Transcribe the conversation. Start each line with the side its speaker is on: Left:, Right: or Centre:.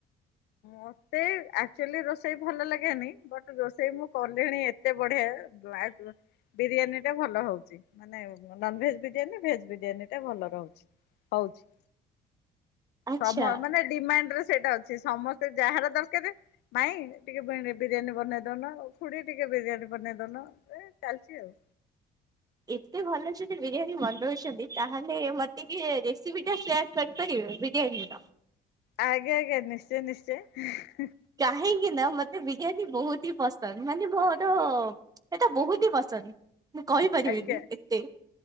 Left: ମତେ ଆକ୍ଚୁଆଲି ରୋଷେଇ ଭଲ ଲାଗେନି ବଟ୍ ରୋଷେଇ ମୁଁ କଲିଣି ଏତେ ବଢିଆ। ବିରିୟାନୀ ଟା ଭଲ ହଉଛି। ମାନେ ନନଭେଜ ବିରିୟାନୀ, ଭେଜ ବିରିୟାନୀ ଟା ଭଲ ରହୁଛି ହଉଛି।
Right: ଆଚ୍ଛା
Left: ସମ ମାନେ ଡିମାଣ୍ଡ ରେ ସେଇଟା ଅଛି। ସମସ୍ତେ ଯାହାର ଦରକାର ମାଇଁ ଟିକେ ବିରିୟାନୀ ବନେଇଦଉନ, ଖୁଡି ଟିକେ ବିରିୟାନୀ ବନେଇଦଉନ। ଚାଲିଛି ଆଉ।
Right: ଏତେ ଭଲ ଯଦି ବିରିୟାନୀ ବନଉଛନ୍ତି, ତାହେଲେ ମତେ କି ରେସିପି ଟେଷ୍ଟ୍ ଲାଗିବନି ବିରିୟାନି।
Left: ଆଜ୍ଞା ଆଜ୍ଞା ନିଶ୍ଚୟ ନିଶ୍ଚୟ।
Right: କାହିଁକି ନା ମତେ ବିରିୟାନୀ ବହୁତ ହି ପସନ୍ଦ ମାନେ ମୋର ଏଟା ବହୁତ ହି ପସନ୍ଦ ମୁଁ କହିପାରିବିନି
Left: ଆଜ୍ଞା।
Right: ଏତେ।